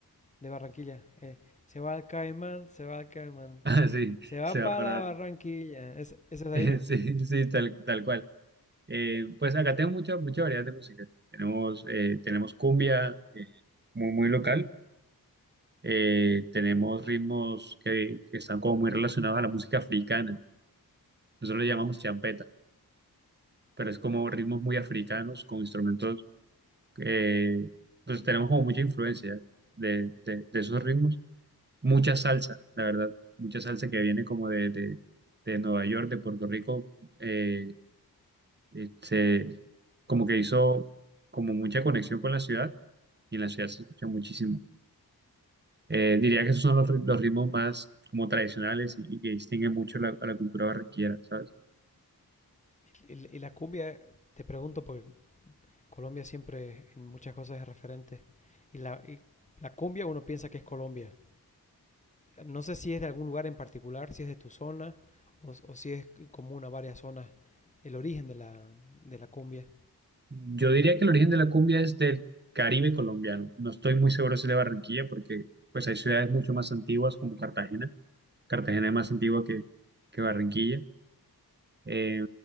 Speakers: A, on the left (about 20°); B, on the right (about 25°).
A: de Barranquilla. eh, se va al Caimán, se va al Caimán,
B: <laughs> ah, sí,
A: se va
B: se va
A: para
B: a parar.
A: la Barranquilla. Es, esa es de
B: <laughs>
A: ahí, ¿no?
B: Sí, sí, tal, tal cual. Eh, pues acá tenemos mucha, mucha variedad de música. Tenemos, eh, tenemos cumbia eh, muy, muy local. Eh, tenemos ritmos que, que están como muy relacionados a la música africana Nosotros le llamamos champeta, pero es como ritmos muy africanos con instrumentos que pues tenemos como mucha influencia de, de- de esos ritmos. Mucha salsa, la verdad, mucha salsa que viene como de, de- de Nueva York, de Puerto Rico, eh, eh, se- como que hizo como mucha conexión con la ciudad y en la ciudad se escucha muchísimo. Eh, diría que esos son los, ri- los ritmos más como tradicionales y, y que distinguen mucho la- a la cultura barranquillera, ¿sabes?
A: Y, y- y la cumbia, te pregunto, porque Colombia siempre en muchas cosas es referente. Y la, y la cumbia uno piensa que es Colombia. No sé si es de algún lugar en particular, si es de tu zona o, o si es común a varias zonas el origen de la, de la cumbia.
B: Yo diría que el origen de la cumbia es del Caribe colombiano. No estoy muy seguro si es de Barranquilla, porque pues hay ciudades mucho más antiguas como Cartagena. Cartagena es más antigua que, que Barranquilla. Eh,